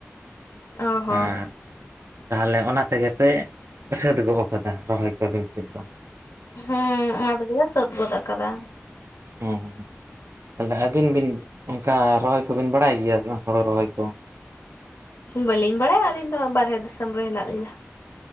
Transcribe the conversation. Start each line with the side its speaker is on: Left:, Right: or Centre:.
Left: ᱚ ᱦᱚᱸ
Right: ᱦᱮᱸ ᱛᱟᱦᱞᱮ ᱚᱱᱟ ᱛᱮᱜᱮ ᱯᱮ ᱥᱟᱹᱛ ᱜᱚᱜ ᱠᱟᱫᱟ ᱨᱚᱦᱚᱭ ᱠᱚ ᱟᱵᱤᱱ ᱥᱮᱜ ᱫᱚ?
Left: ᱦᱮᱸ ᱚᱱᱟ ᱛᱮᱜᱮᱞᱮ ᱥᱟᱹᱛ ᱜᱚᱫ ᱠᱟᱫᱟ ᱾
Right: ᱚ ᱛᱟᱦᱚᱞᱮ ᱟᱹᱵᱤᱱ ᱵᱤᱱ ᱚᱱᱠᱟ ᱨᱚᱦᱚᱭ ᱠᱚᱵᱤᱱ ᱵᱟᱲᱟᱭ ᱜᱮᱭᱟ ᱦᱳᱲᱩ ᱨᱚᱦᱚᱭ ᱠᱚ?
Left: ᱵᱟᱹᱞᱤᱧ ᱵᱟᱲᱟᱭᱟ ᱟᱹᱞᱤᱧ ᱫᱚ ᱵᱟᱨᱦᱮ ᱫᱤᱥᱚᱢ ᱨᱮ ᱦᱮᱱᱟᱜ ᱞᱤᱧᱟᱹ ᱾